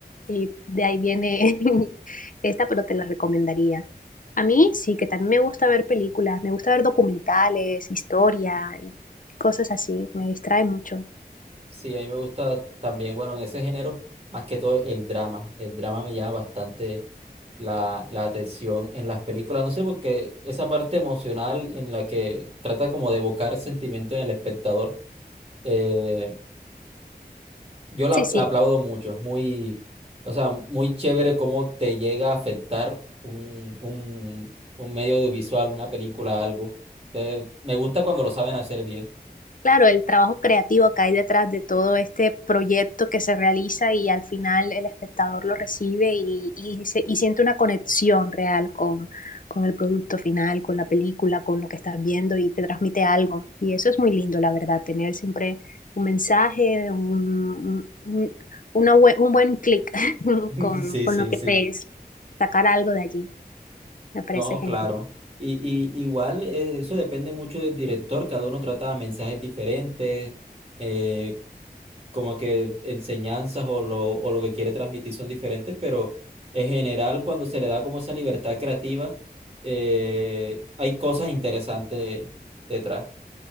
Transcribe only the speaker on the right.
Sí, a mí me gusta también, bueno, en ese género, más que todo el drama. El drama me llama bastante la, la atención en las películas. No sé, porque esa parte emocional en la que trata como de evocar sentimiento en el espectador, eh, yo la,
la aplaudo mucho. Es muy, o sea, muy chévere cómo te llega a afectar un, un, un medio audiovisual, una película, algo. Entonces, me gusta cuando lo saben hacer bien.
<laughs>
Sí,
sí,
sí.
No,
claro. Y, y igual eh, eso depende mucho del director, cada uno trata mensajes diferentes, eh, como que enseñanzas o lo, o lo que quiere transmitir son diferentes, pero en general cuando se le da como esa libertad creativa, eh, hay cosas interesantes detrás.